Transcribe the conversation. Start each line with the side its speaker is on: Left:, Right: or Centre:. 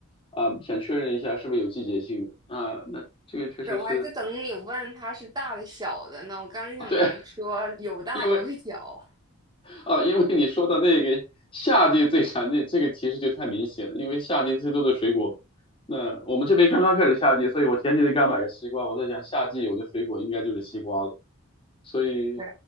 Left: 啊、想确认一下是不是有季节性的啊、那这个确实是
Right: 是我还在等你问它是大的小的呢。我刚想说有大有小，
Left: 对，因为啊因为你说的那个夏季最常见，这个提示就太明显了，因为夏季最多的水果，那我们这边刚刚开始夏季，所以我前几天刚买了西瓜，我在想夏季有的水果应该就是西瓜了，所以
Right: 对，